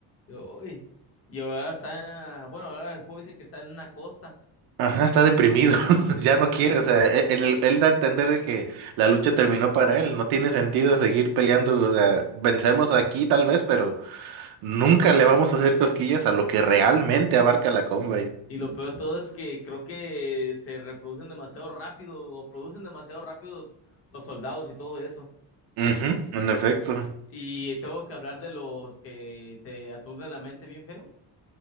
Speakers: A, on the left (about 35°); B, on the right (about 75°).
A: Uy. Y ahora está, bueno, ahora el juego dice que está en una costa.
B: Ajá, está deprimido, <laughs> ya no quiere, o sea, e- él, él da a entender de que la lucha terminó para él, no tiene sentido seguir peleando, o sea, vencemos aquí tal vez, pero... Nunca le vamos a hacer cosquillas a lo que realmente abarca la Combine.
A: Y lo peor de todo es que creo que se reproducen demasiado rápido o producen demasiado rápido los, los soldados y todo eso.
B: Ujú, en efecto.
A: Y tengo que hablar de los que te aturden la mente bien feo.